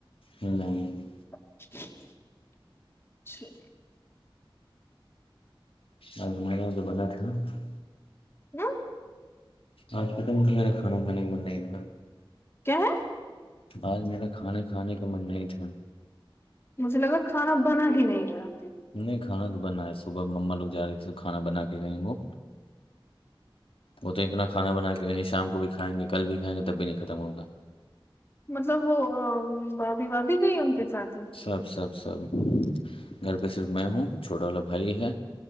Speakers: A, on the left; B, on the left.
A: نہیں
B: اچھا
A: آ م دو بدٹ <unintelligible>
B: جی
A: آج پت نہیں تمہیر کھانا کھانے کا من نہیں اتنا
B: کیا ہے
A: آج میرا کھانے کھانے کا من نہیں تھا
B: مجھے لگا کھانا بنا ہی نہیں رہ
A: نہیں کھانا تو بنا ہے صبح مما لوگ جا رہے تھے کھانا بنا کے گئے وہ وہ تو اتنا کھانا بنا کے شام کو بھی کھائیں گے کل بھی کھائیں گے تب بھی نہیں ختم ہوگا
B: مطلب وہ بھاابھی بھاب بھی گئی ان کے ساتھ
A: سب سب سب گھر پہ صرف میں ہوں چھوٹا والا بھائی ہے